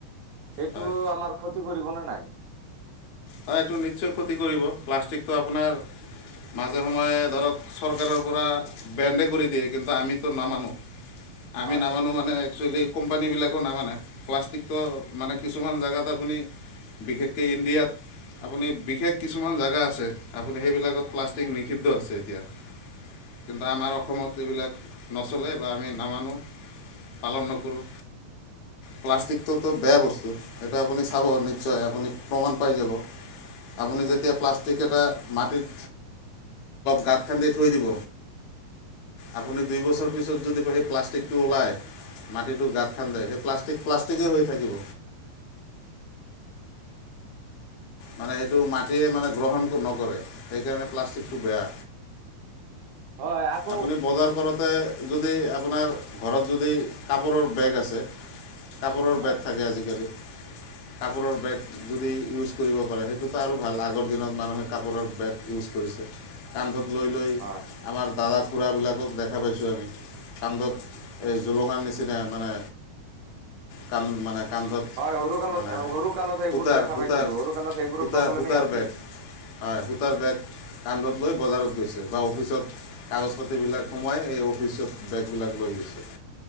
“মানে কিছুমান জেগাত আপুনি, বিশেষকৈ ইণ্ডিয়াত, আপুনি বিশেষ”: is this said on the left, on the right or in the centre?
Left